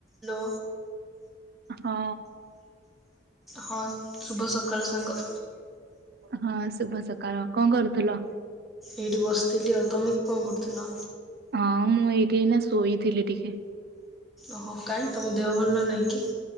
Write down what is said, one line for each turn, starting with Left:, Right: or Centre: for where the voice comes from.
Centre: Hello.
Right: ହଁ।
Centre: ହଁ ଶୁଭ ସକାଳ ସାଙ୍ଗ।
Right: ହଁ ଶୁଭ ସକାଳ କଣ କରୁଥିଲ?
Centre: ଏଇଠି ବସିଥିଲି ଆଉ ତମେ କଣ କରୁଥିଲ?
Right: ହଁ ମୁଁ ଏଇଠି ଏଇନା ଶୋଇଥିଲି ଟିକେ।
Centre: ଓହୋ କାଇଁ ତମ ଦେହ ଭଲ ନ ନାଇଁକି?